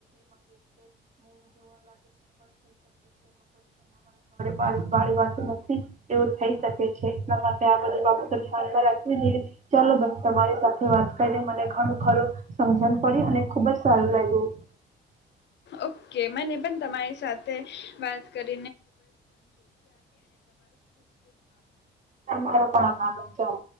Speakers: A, on the right; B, on the left.
A: વાળી વાળી વાતો નથી, એવું થઈ શકે છે, એટલા માટે આ બધી બાબતો ધ્યાનમાં રાખવી જોઈએ, ચાલો બહેને તમારી સાથે વાત કરીને મને ઘણું ખરું સમજણ પડી અને ખુબજ સારું લાગ્યું.
B: ઓકે મને પણ તમારી સાથે વાત કર
A: તમારો પણ <unintelligible> ચાલ.